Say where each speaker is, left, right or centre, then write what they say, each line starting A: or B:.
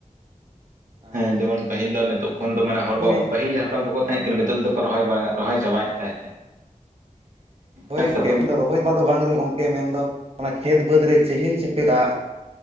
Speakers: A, on the right; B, on the right.
A: ᱟᱨ
B: ᱦᱮᱸ ᱡᱮᱢᱚᱱ ᱯᱟᱹᱦᱤᱞ ᱫᱚ ᱱᱤᱛᱚᱜ ᱠᱷᱚᱱ ᱫᱚ ᱢᱟᱱᱮ ᱦᱚᱲ
A: ᱱᱚᱜᱼᱚᱭ
B: ᱠᱚ ᱯᱟᱹᱦᱤᱞ ᱡᱟᱦᱟᱸ ᱦᱟᱯᱲᱟᱢ ᱠᱚᱠᱚ ᱛᱟᱦᱮᱸ ᱠᱟᱱᱟ ᱱᱤᱛᱚᱜ ᱫᱚ ᱨᱚᱦᱚᱭ ᱪᱟᱵᱟᱭᱮᱫ ᱛᱟᱦᱮᱸᱫ
A: ᱦᱳᱭ
B: ᱦᱮᱸ
A: ᱜᱚᱝᱠᱮ
B: ᱥᱮ ᱵᱟᱝ
A: ᱢᱮᱱᱫᱚ ᱨᱚᱦᱚᱭ ᱢᱟ ᱫᱚ ᱵᱟᱝ ᱨᱮᱦᱚ ᱜᱚᱢᱠᱮ ᱢᱮᱱᱫᱚ ᱚᱱᱟ ᱠᱷᱮᱛ ᱵᱟᱹᱫᱽ ᱨᱮ ᱪᱮᱦᱮᱞ ᱪᱮᱯᱮᱞ ᱫᱟᱜ